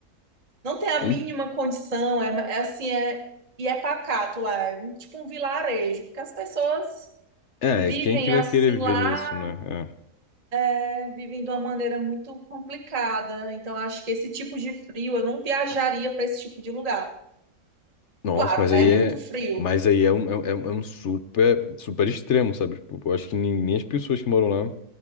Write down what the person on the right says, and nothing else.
não tem a mínima
condição, é, é assim, é e é pacato lá, é um, tipo um vilarejo, porque as pessoas
vivem
assim
lá,
né, vivem de uma maneira muito complicada. Então acho que esse tipo de frio, eu não viajaria para esse tipo de lugar.
Claro,
né?
Muito
frio.